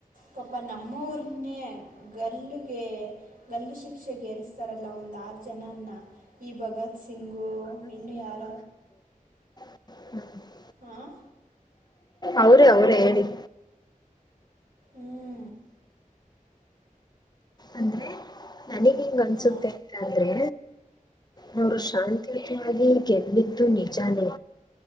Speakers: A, on the right (about 75°); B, on the left (about 30°).
A: ಪಪ ನಮ್ಮಅವ್ರೇನೆ ಗಲಿ ಹೇ ಗಲ್ಲು ಶಿಕ್ಷೆಗೆ ಏರಿಸ್ತಾರಲ್ಲ ಒಂದು ಜನನ್ನ ಈ ಭಗತ್ ಸಿಂಗು ಇನ್ನು ಯಾರ
B: ಹ
A: ಹಾಂ
B: ಅವ್ರೆ ಅವ್ರೆ ಹೇಳಿದ್
A: ಹ್ಮೂ.
B: ಅಂದ್ರೆ ನನಿಗೆ ಹಿಂಗ್ ಅನ್ಸುತ್ತೆ
A: ಹಾಂ
B: ಅಂತಾದ್ರೆ
A: ಹ್ಞೂ
B: ಅವ್ರು ಶಾಂತಿ <unintelligible> <unintelligible> ನಿಜಾನೇ.